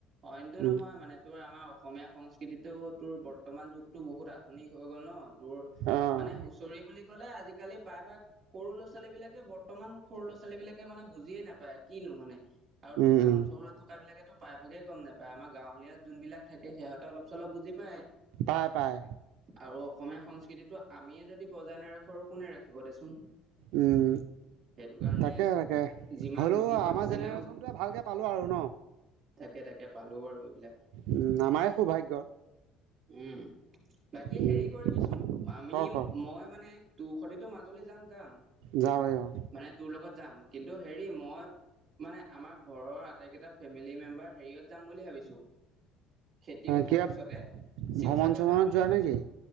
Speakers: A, on the right; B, on the right.
A: অইনটো
B: উম
A: নহয় মানে তোমাৰ আমাৰ অসমীয়া সংস্কৃতিটো তোৰ বৰ্তমান যুগটো বহুত আধুনিক হৈ গ'ল ন। তোৰ
B: আহ
A: মানে হুচৰি বুলি ক'লে আজিকালি প্ৰায়ভাগ সৰু ল'ৰা - ছোৱালীবিলাকে বৰ্তমান সৰু ল'ৰা- ছোৱালীবিলাক মানে বুজিয়ে নাপায় কিনো মানে আৰু ত
B: উম
A: টাউন
B: উম
A: চা উনত থকা বিলাকেতো প্ৰায়ভাগেই গম নাপায় আমাৰ গাৱলীয়াত যোনবিলাক থাক সিহঁতে অলপ চলপ বুজি পায়
B: পাই পাই
A: আৰু অসমীয়া সংস্কৃতিটো আমিয়ে যদি বজায় নেৰাখো আৰু কোনে ৰাখিব দেচোন।
B: উম
A: সেইটো কাৰণে
B: তাকে তাকে
A: যিমান
B: হলেও
A: বিজি হৈ
B: আমাৰ
A: থাকিলেও
B: জেনেৰেশ্যন টোৱে ভালকে পালো আৰু ন
A: তাকে তাকে পালো বাৰু এইবিলাক।
B: উম আমাৰ সৌভাগ্য।
A: উম বাকী
B: উম
A: হেৰি কৰিবিচোন আমি
B: ক ক
A: মই মানে তোৰ সতেতো মাজুলী যাম যাম,
B: যাবই অ
A: মানে তোৰ লগত যাম কিন্তু হেৰি মই মানে আমাৰ ঘৰৰ আটাইকেইটা ফেমিলি মেম্বাৰ হেৰিয়ত যাম বুলি ভাবিছো। খেতি উঠাৰ
B: কিবা
A: পিছতে শিৱসাগৰ
B: ভ্ৰমণ চমনত
A: যাম বুলি
B: যোৱা
A: ভাবিছো।
B: নেকি